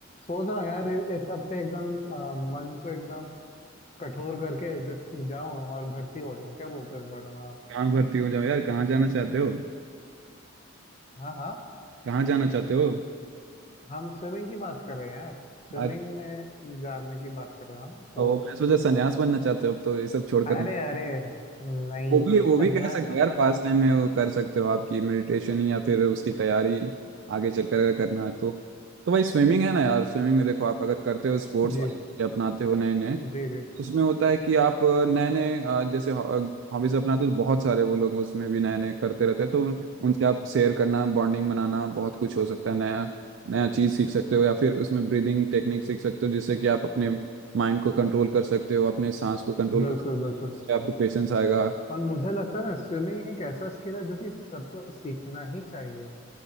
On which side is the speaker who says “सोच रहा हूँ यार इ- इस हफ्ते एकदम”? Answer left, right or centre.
Left